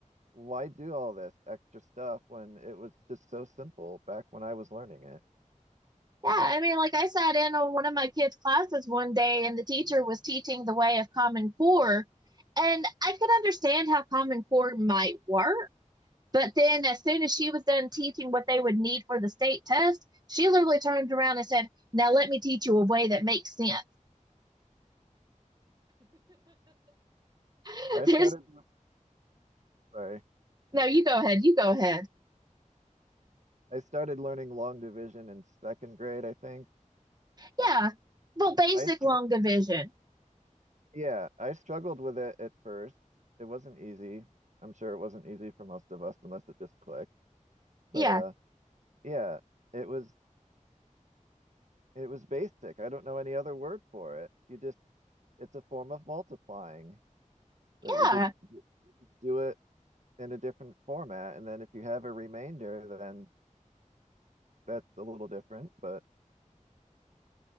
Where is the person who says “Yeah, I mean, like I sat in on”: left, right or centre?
Right